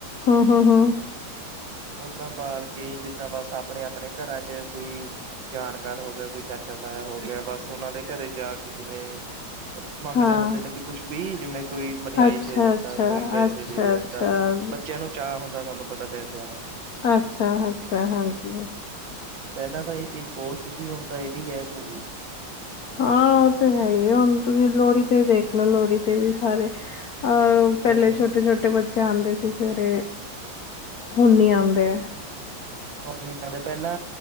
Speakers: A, on the left; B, on the right.
A: ਹਾਂ, ਹਾਂ, ਹਾਂ।
B: ਓਦਾਂ ਬਾਲ ਕੇ ਜਿੱਦਾਂ ਬਸ ਆਪਣੇ-ਆਪਣੇ ਘਰਾਂ 'ਚ ਕੋਈ ਜਾਣਕਾਰ ਹੋ ਗਯਾ, ਕੋਈ ਚਾਚਾ-ਤਾਇਆ ਹੋ ਗਯਾ, ਬਸ ਓਨਾਂ ਦੇ ਘਰੇ ਜਾ ਕੇ ਜਿਵੇਂ ਮੰਗਦੇ
A: ਹਾਂ
B: ਹੁੰਦੇ ਨੇ ਵੀ ਕੁਛ ਵੀ ਜਿਵੇਂ ਕੋਈ ਮਠਿਆਈ
A: ਅੱਛਾ
B: ਦੇ ਦੇਂਦਾ,
A: ਅੱਛਾ
B: ਕੋਈ ਪੈਸੇ
A: ਅੱਛਾ
B: ਦੇ ਦੇਂਦਾ,
A: ਅੱਛਾ
B: ਬੱਚੇਆਂ ਨੂੰ ਚਾਅ ਹੁੰਦਾ ਤੁਆਨੂੰ ਪਤਾ ਪੈਸਿਆਂ ਦਾ।
A: ਅੱਛਾ-ਅੱਛਾ ਹਾਂਜੀ।
B: ਪੈਲਾਂ ਤਾਂ ਐ ਚੀਜ਼ ਬੋਤ ਸੀਗੀ ਹੁਨ ਤਾਂ ਐ ਵੀ ਗੈਬ ਹੋ ਗੀ।
A: ਹਾਂ ਓ ਤੇ ਹੈ ਈ ਏ, ਹੁਨ ਤੁਸੀਂ ਲੋੜੀ 'ਤੇ ਦੇਖ ਲੋ ਲੋੜੀ 'ਤੇ ਵੀ ਸਾਰੇ ਅਹ ਪੈਲੇ
B: ਹਮ
A: ਛੋਟੇ-ਛੋਟੇ ਬੱਚੇ ਆਂਦੇ ਸੀ ਸਵੇਰੇ ਹੁਨ ਨੀ ਆਂਦੇ।
B: ਹੁਨ ਨੀ ਆਂਦੇ ਪੈਲਾਂ